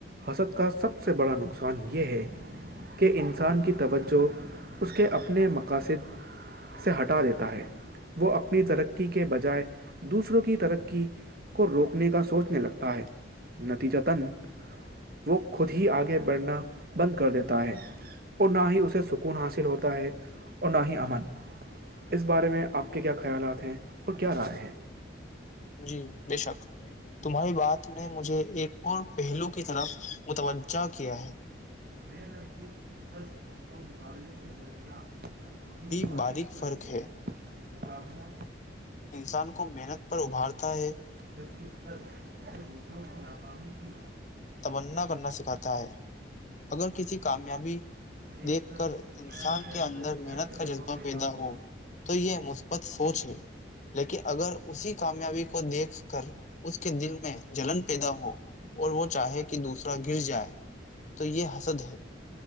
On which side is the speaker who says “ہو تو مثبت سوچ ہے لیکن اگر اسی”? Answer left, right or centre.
Left